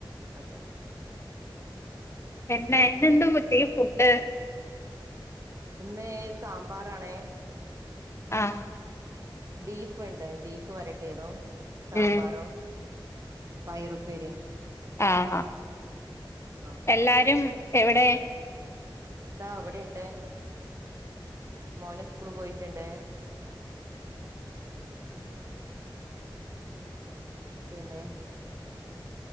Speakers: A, on the right; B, on the left.
A: അതെ
B: പെണ്ണേ ഇന്നെന്ത ഉച്ചക്യു ഫുഡ്
A: ഇന്ന് സാമ്പാറാണ്
B: ആഹ്
A: ബീഫ്ണ്ട് ബീഫ് വരട്ടിയതും സാമ്പാറും
B: ഉം
A: പയറുപ്പേരിയും
B: ആ ഹ
A: ആ
B: എല്ലാരും എവിടെ
A: ദാ അവിടെയിണ്ട് മോന് സ്കൂള് പോയിട്ട്ണ്ട് പിന്നേ